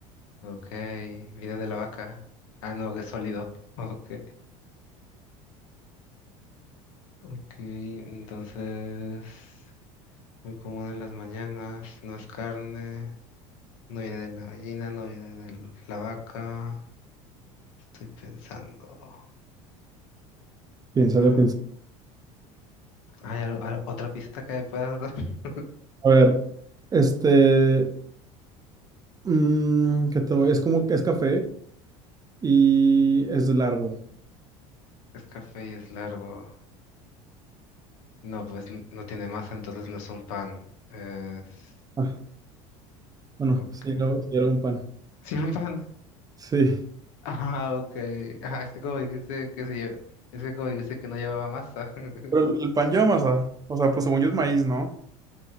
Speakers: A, on the left (about 70°); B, on the right (about 20°).
A: Ok, viene de la vaca. Ah, no, que es sólido. <laughs> Ok. Ok, entonces muy común en las mañanas, no es carne, no viene de la gallina, no viene de la vaca. Estoy pensando.
B: Piénsale,
A: Ah,
B: piénsale.
A: ¿hay algo- al- otra pista que me puedas dar? <laughs>
B: A ver, este. mm, ¿qué te voy- Es como es café y es largo.
A: Es café y es largo. No, pues n- no tiene masa, entonces no es un pan. Es...
B: Ah, Bueno,
A: Ok.
B: sí, luego sí era un pan.
A: Sí, es un pan. <laughs>
B: Sí.
A: Ah, ok. Ah, es que como dijiste que se lle- Es que como dijiste que no llevaba masa. <laughs>
B: Pero el, el pan lleva masa. O sea, pues según yo es maíz, ¿no?